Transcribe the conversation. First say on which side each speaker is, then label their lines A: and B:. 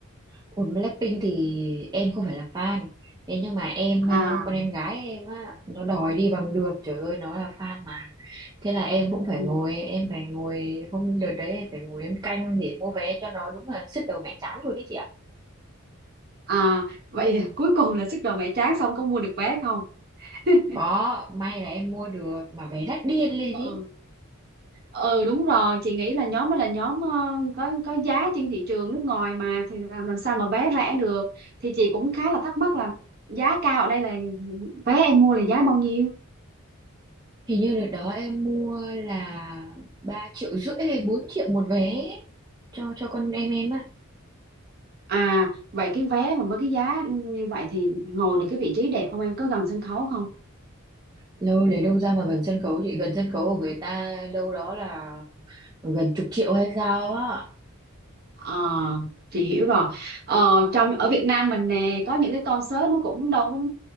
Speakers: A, on the right (about 20°); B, on the right (about 45°).
A: ủa Blackpink thì em không phải là fan thế nhưng mà em
B: à
A: ờ, con em gái em á nó đòi đi bằng được trời ơi nó là fan mà thế là em cũng phải
B: ừ.
A: ngồi em phải ngồi hôm đợt đấy em phải ngồi em canh để mua vé cho nó đúng là sứt đầu mẻ trán luôn đấy chị ạ
B: à vậy là cuối cùng là sức đầu mẹ tráng xong có mua được vé không <laughs>
A: Có, may là em mua được mà vé đắt điên lên
B: ừ
A: ý.
B: ừ đúng rồi chị nghĩ là nhóm đó là nhóm ờ, có có giá trên thị trường nước ngoài mà thì làm làm sao mà vé rẻ được thì chị cũng khá là thắc mắc là giá cao ở đây là vé em mua là giá bao nhiêu
A: Hình như đợt đó em mua là 3 triệu rưỡi hay 4 triệu một vé ấy, cho cho con em em á.
B: À, vậy cái vé mà với cái giá như vậy thì ngồi được cái vị trí đẹp không em? Có gần sân khấu không?
A: Lâu lấy đâu ra mà gần sân khấu chị, gần sân khấu của người ta đâu đó là gần chục triệu hay sao á.
B: Ờ, chị hiểu rồi ờ, trong ở Việt Nam mình nè có những cái concert nó cũng đâu cũng